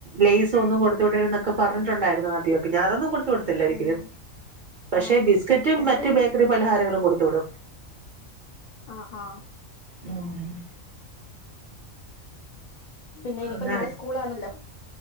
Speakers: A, on the right; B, on the left.
A: ലെയ്സ് ഒന്നും കൊടുത്ത് വിടര്ത് ന്നൊക്കെ പറഞ്ഞിട്ടുണ്ടായിരുന്നു ആദ്യൊക്ക ഞാനതൊന്നും കൊടുത്ത് വിടത്തില്ലൊരിക്കലും.
B: ഉം
A: പക്ഷെ
B: ആ
A: ബിസ്ക്കറ്റും
B: എന്റെ
A: മറ്റും ബേക്കറിം പലഹാരങ്ങളും കൊടുത്തുവിടും.
B: ആഹ് ആഹ്.
A: ഉം
B: പിന്നെ ഇനിപ്പ
A: അങ്ങനെ
B: നാളെ സ്കൂളാണല്ലോ.